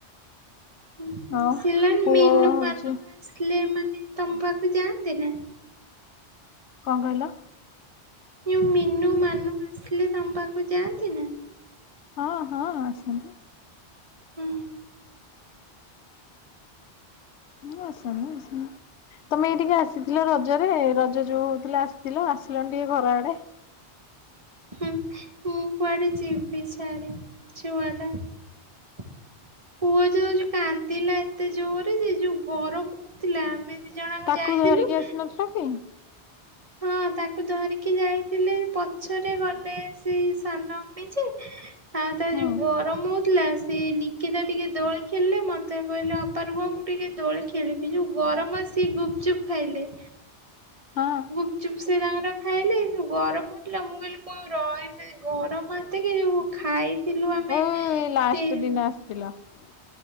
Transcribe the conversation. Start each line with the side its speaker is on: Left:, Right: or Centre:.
Right: <inaudible>
Left: ଆଉ ପୁଅ ହଉଛି କଣ କହିଲ?
Right: ଯୋଉ ମିନୁ ମାନୁ ଆସିଲେ, ତମ ପାଖକୁ ଯାଆନ୍ତି ନା?
Left: ହଁ ହଁ, ଆସନ୍ତି।
Right: ହୁଁ।
Left: <unintelligible> ତମେ ଏଇଠିକି ଆସିଥିଲ ରଜରେ? ରଜ ଯୋଉ ହଉଥିଲା ଆସିଥିଲ, ଆସିଲନି ଟିକେ ଘର ଆଡେ?
Right: ହୁଁ, ମୁଁ କୁଆଡ ଯିବି, ସେଆଡେ ଛୁଆଟା? ପୁଅ ଯୋଉ କାନ୍ଦିଲା, ଏତେ ଜୋରରେ ଯେ, ଯୋଉ ଗରମ ହଉଥିଲା ଆମେ ଦି ଜଣଯାକ
Left: ତାକୁ
Right: ଯାଇଥିଲୁ।
Left: <unintelligible>
Right: ହଁ, ତାକୁ ଧରିକି ଯାଇଥିଲେ। ପଛରେ ଗଲେ ସେ ସାନ ଅମି ଯେ ଆ ତା
Left: ହୁଁ
Right: ଯୋଉ ଗରମ ହ ଉଠିଲା। ସେ ନିକେତା ଟିକେ ଦୋଳି ଖେଳିଲେ। ମତେ କହିଲେ, ଅପା ରୁହ ମୁଁ ଟିକେ ଦୋଳି ଖେଳିବି। ଯୋଉ ଗରମ ସେ ସେ ଗୁପଚୁପ ଖାଇଲେ।
Left: ହଁ।
Right: ଗୁପଚୁପ ସେ ତାଙ୍କର ଖାଇଲି। ଯୋଉ ଗରମ ହଉଥିଲା! ମୁଁ କହିଲି, ମୁଁ ଆଉ ରହିବି, ଗରମ ହାତ କି ଯୋଉ ଖାଇଥିଲୁ ଆମେ
Left: ଓ ଏଇ
Right: ତିଇନ୍
Left: <unintelligible>